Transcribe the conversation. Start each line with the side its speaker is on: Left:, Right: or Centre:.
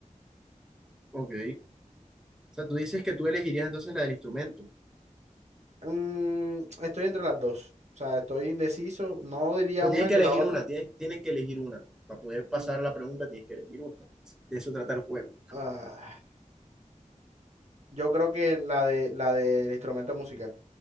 Centre: Ok. O sea, tú dices que tú elegirías entonces la del instrumento.
Right: Mm, estoy entre las dos. O sea, estoy indeciso. No diría
Centre: Pero
Right: una
Centre: tienes que
Right: que
Centre: elegir
Right: la otra.
Centre: una, tienes, tienes que elegir una. Para poder pasar
Right: Mm,
Centre: la pregunta, tienes que elegir una. De eso trata el juego.
Right: ah, yo creo que la de la del instrumento musical.